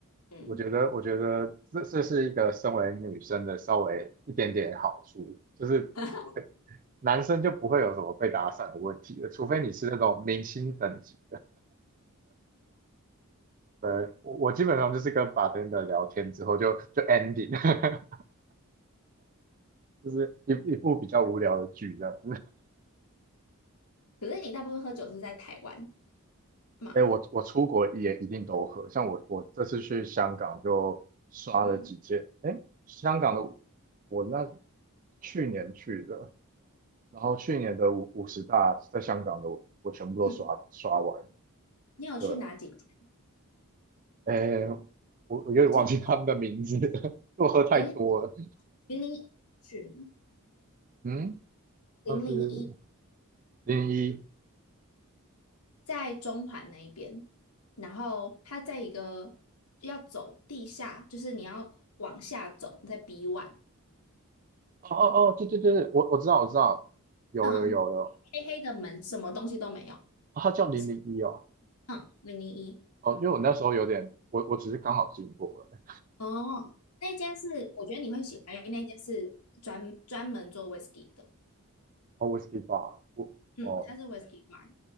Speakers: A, on the left (about 90°); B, on the right (about 35°).
A: 嗯。
B: 我觉得我觉得这这是一个身为女生的稍微一点点好处，就是
A: <laughs>
B: 男生就不会有什么被打散的问题了，除非你是那种明星等级，呃，我我基本上就是跟 b a r 聊天之后就就 ending，<laughs> 就是一一部比较无聊的剧这样。
A: 可是你大部分喝酒是在台湾嘛？
B: 哎，我我出国也一定都喝，像我我这次去香港就刷了几件。
A: 嗯，
B: 哎，香港的我那去年去的，然后去年的五五十大在香港的我我全部都刷刷完。
A: 嗯，你有去哪几间？
B: 对，哎，我我有点忘记他们的名字，
A: 记得
B: <laughs> 因为我喝太多了。
A: 零零零一去吗？
B: 嗯，那是
A: 零零一
B: 零一。
A: 在中环那一边，然后它在一个要走地下，就是你要往下走，在 B o
B: 哦哦哦，对对对对，我我知道我知道，有有有有，
A: 嗯，
B: 哦
A: 黑黑的门，什么东西都没有，
B: 他叫零零一哦。
A: 是嗯，零零一，
B: 哦，因为我那时候有点，我我只是刚好经过了。
A: 哦，那间是我觉得你会喜欢，因为那间是专专门做 whisky 的，
B: 哦，whisky bar，我哦
A: 嗯，它是 whisky bar。